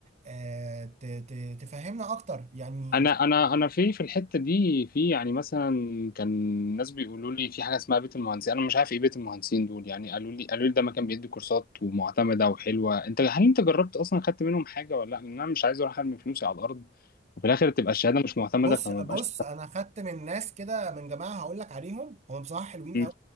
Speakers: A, on the right; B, on the left.
A: آه، ت- ت- تفهمنا أكتر يعني
B: انا انا انا في في الحته دي في يعني مثلا كان ناس بيقولوا لي في حاجه اسمها بيت المهندسين انا مش عارف ايه بيت المهندسين دول يعني قالوا لي قالوا لي ده مكان بيدي كورسات ومعتمده وحلوه انت هل انت جربت اصلا خدت منهم حاجه ولا لا لان انا مش عايز اروح ارمي فلوسي على الارض وفي الاخر تبقى الشهاده مش معتمده
A: بص
B: فما
A: بص
B: بقاش
A: انا خدت من ناس كده من جماعه هقول لك عليهم هم بصراحه حلوين
B: مم.
A: قوي